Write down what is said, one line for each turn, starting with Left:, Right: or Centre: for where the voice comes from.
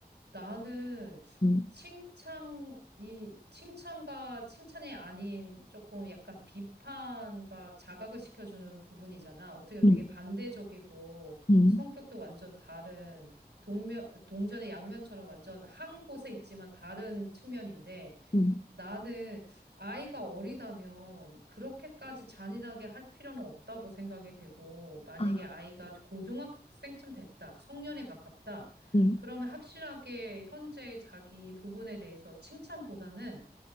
Right: 나는
Left: 음,
Right: 칭찬이, 칭찬과 칭찬이 아닌 조금 약간 비판과 자각을 시켜주는 부분이잖아. 어떻게 보면
Left: 음,
Right: 되게 반대적이고
Left: 음,
Right: 성격도 완전 다른 동면, 동전의 양면처럼 완전 한 곳에 있지만 다른 측면인데
Left: 음.
Right: 나는 아이가 어리다면 그렇게까지 잔인하게 할 필요는 없다고 생각이 되고, 만약에
Left: 아,
Right: 아이가 고등학생쯤 됐다, 성년에 가깝다,
Left: 음.
Right: 그러면 확실하게 현재의 자기 부분에 대해서 칭찬보다는